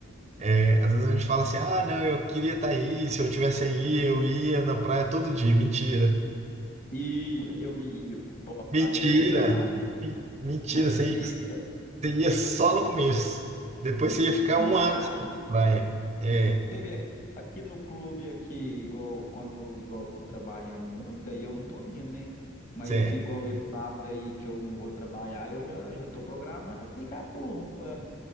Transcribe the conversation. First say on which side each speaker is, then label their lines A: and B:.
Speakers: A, on the right; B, on the left.
A: é, às vezes a gente fala assim, ah, não, eu queria estar aí, se eu tivesse aí, eu ia na praia todo dia. Mentira.
B: Ia, eu ia, pô. Pô, a praia
A: Mentira!
B: é bom demais.
A: Me- Mentira,
B: Mas
A: você
B: aí.
A: ia, você ia só no começo. Depois você ia ficar
B: Nada.
A: um ano sem ir pra praia. É,
B: Você vê aqui, aqui no clube aqui, igual quando eu igual eu tô trabalhando muito, aí eu não tô indo, né? Mas
A: cê-
B: igual esse sábado aí que eu não vou trabalhar, eu já já tô programando aqui com a turma pra,